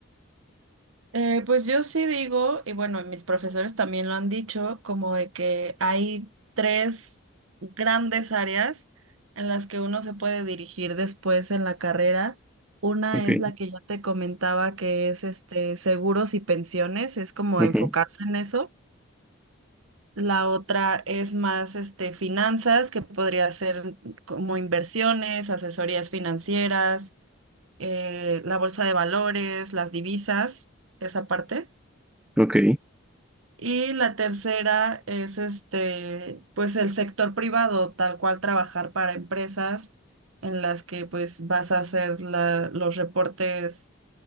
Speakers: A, on the right (about 75°); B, in the centre.
A: Eh, pues yo sí digo, y bueno, mis profesores también lo han dicho, como de que hay tres grandes áreas en las que uno se puede dirigir después en la carrera. Una
B: Ok,
A: es la que ya te comentaba que es este seguros y pensiones, es como
B: ujú,
A: enfocarse en eso. La otra es más este finanzas, que podría ser como inversiones, asesorías financieras, eh, la bolsa de valores, las divisas, esa parte.
B: ok,
A: Y la tercera es este, pues el sector privado, tal cual trabajar para empresas en las que pues vas a hacer la- los reportes